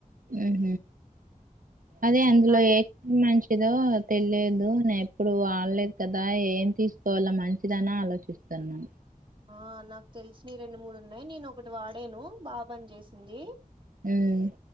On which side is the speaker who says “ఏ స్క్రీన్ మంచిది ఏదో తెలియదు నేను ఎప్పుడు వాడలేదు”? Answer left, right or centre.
Right